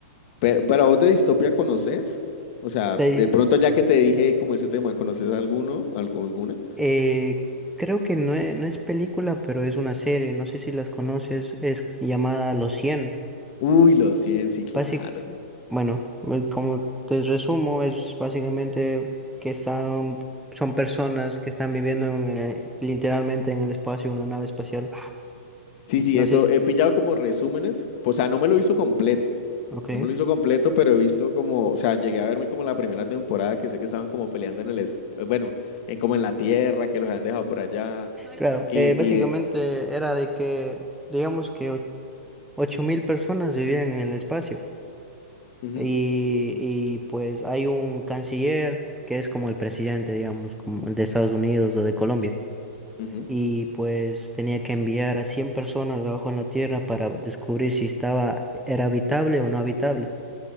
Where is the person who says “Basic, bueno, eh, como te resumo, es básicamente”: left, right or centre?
Centre